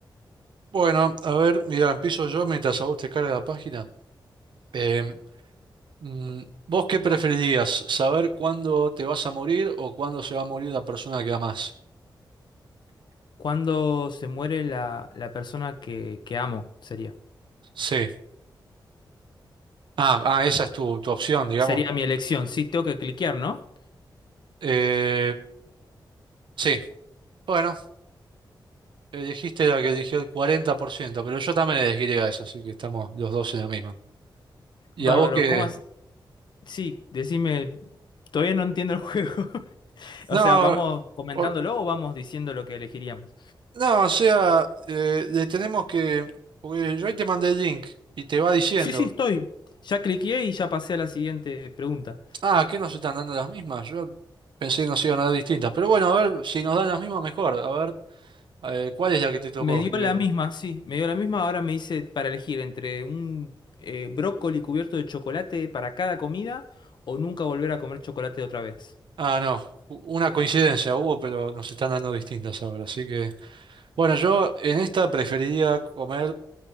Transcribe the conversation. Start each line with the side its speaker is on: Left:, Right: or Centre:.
Right: Bueno, a ver, mira, empiezo yo mientras a vos te carga la página. Em, mm, ¿vos qué preferirías? ¿Saber cuándo te vas a morir o cuándo se va a morir la persona que amás?
Left: ¿Cuándo se muere la, la persona que, que amo? Sería.
Right: Sí. Ah, ah, esa es tu, tu opción, digamos.
Left: Sería mi elección, sí, tengo que cliquear, ¿no?
Right: Eh, sí. Bueno, Eh, dijiste la que eligió el 40%, pero yo también elegiría eso, así que estamos los dos en la misma. ¿Y
Left: Bárbaro,
Right: a vos que
Left: ¿cómo has... Sí, decime, todavía no entiendo el juego. <laughs> O
Right: No,
Left: sea, ¿vamos comentándolo
Right: o-
Left: o vamos diciendo lo que elegiríamos?
Right: no, o sea, eh, le tenemos que... Porque yo ahí te mandé el link y te va diciendo,
Left: Sí, sí, estoy. Ya cliqueé y ya pasé a la siguiente pregunta.
Right: ah, ¿qué nos están dando las mismas? Yo pensé que nos iban a dar distintas, pero bueno, a ver, si nos dan las mismas, mejor. A ver, eh, ¿cuál es la que te tocó?
Left: Me dio
Right: Y vemos.
Left: la misma, sí, me dio la misma. Ahora me hice para elegir entre un eh, brócoli cubierto de chocolate para cada comida o nunca volver a comer chocolate otra vez.
Right: Ah, no, u- una coincidencia hubo, pero nos están dando distintas ahora, así que... Bueno, yo en esta preferiría comer